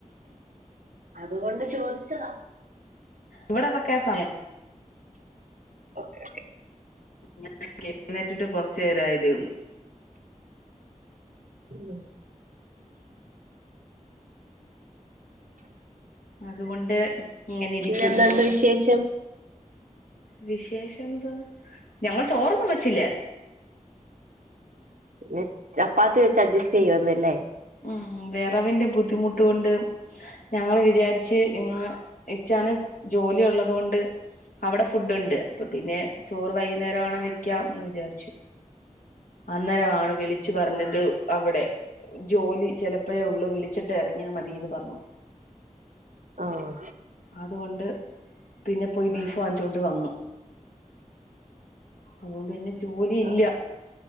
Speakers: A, on the right (about 70°); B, on the left (about 85°).
A: അതുകൊണ്ട് ചോദിച്ചതാ
B: ഇവിടെ അതൊക്കെയാ സമയം
A: ഓക്കേ ഓക്കെ
B: <unintelligible> എഴുന്നേറ്റിട്ട് കുറച്ച് നേരമായതേയുള്ളൂ
A: ഉം
B: അതുകൊണ്ട് ഇങ്ങനെ ഇരിക്കുന്നു
A: പിന്നെന്തുണ്ട് വിശേഷം
B: വിശേഷം എന്തുവാ ഞങ്ങൾ ചോറൊന്നും വെച്ചില്ല
A: പിന്നെ ചപ്പാത്തി വെച്ച് അഡ്ജസ്റ്റ് ചെയ്യുവാന്നല്ലേ
B: ഉം വെറവിന്റെ ബുദ്ധിമുട്ട് കൊണ്ട് ഞങ്ങള് വിചാരിച്ച് ഇന്ന് ഇച്ചാന് ജോലി ഉള്ളത് കൊണ്ട് അവിടെ ഫുഡ് ഉണ്ട് അപ്പൊ പിന്നെ ചോറ് വൈകുന്നേരം എങ്ങാനും വെക്കാം എന്ന് വിചാരിച്ചു അന്നേരം ആണ് വിളിച്ച് പറഞ്ഞത് അവിടെ ജോലി ചെലപ്പഴേ ഉള്ളു വിളിച്ചിട്ട് ഇറങ്ങിയാ മതീന്ന് പറഞ്ഞു
A: ആഹ്
B: അതുകൊണ്ട് പിന്നെ പോയി ബീഫ് വാങ്ങിച്ചോണ്ട് വന്നു അതുകൊണ്ട് പിന്നെ ജോലി
A: ആ,
B: ഇല്ല